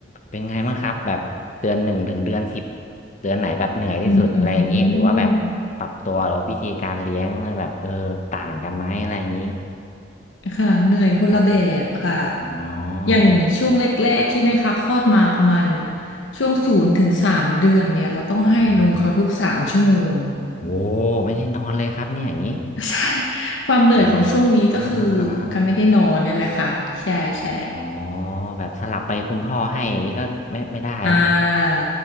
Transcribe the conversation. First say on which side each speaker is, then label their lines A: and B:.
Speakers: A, on the left; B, on the left.
A: เป็นไงบ้างครับแบบเดือนหนึ่งถึงเดือนสิบเดือนไหนแบบเหนื่อยที่สุดอะไรอย่างนี้หรือว่าแบบปรับตัวหรือวาวิธีการเลี้ยงแบบเออต่างกันไหมอะไรอย่างนี้
B: อืมค่ะเหนื่อยคนละแบบค่ะ
A: ครับอ๋อ
B: อย่างช่วงแรกๆใช่ไหมคะคลอดมาประมาณช่วงศูนย์ถึงสามเดือนเนี่ยเราต้องให้นมเขาทุกสามชั่วโมง
A: อืมโอ้ไม่ได้นอนเลยครับเนี่ยอย่างนี้
B: <laughs> ใช่ความเหนื่อยของช่วงนี้ก็คือ
A: อ๋ออ่าอ่าอ่าอ่าอา
B: การไม่ได้นอนนี่แหละค่ะใช่ใช่
A: อ๋อแบบสลับไปคุณพ่อให้อย่างนี้ก็ไม่ไม่ได้เนาะ
B: อ่า